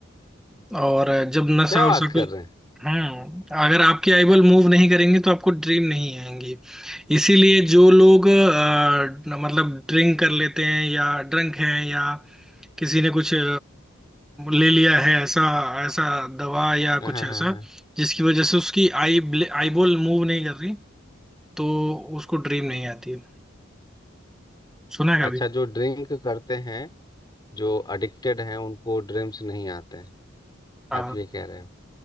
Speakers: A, in the centre; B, on the left.
A: और जब नशा
B: क्या बात
A: वसा
B: कर
A: कोई
B: रहे हैं
A: हम्म अगर आपकी आईबॉल मूव नहीं करेंगे तो आपको ड्रीम नहीं आएंगी इसीलिए जो लोग अ, मतलब ड्रिंक कर लेते हैं या ड्रंक हैं या किसी ने कुछ अ, ले लिया है ऐसा ऐसा दवा या
B: हाँ
A: कुछ
B: हाँ
A: ऐसा
B: हाँ हाँ।
A: जिसकी वजह से उसकी आई आईबॉल मूव नहीं कर रही तो उसको ड्रीम नहीं आती है सुना है
B: अच्छा
A: कभी
B: जो ड्रिंक करते हैं जो एडिक्टेड हैं उनको ड्रीम्स नहीं आते हैं
A: हाँ
B: आप ये कह रहे हो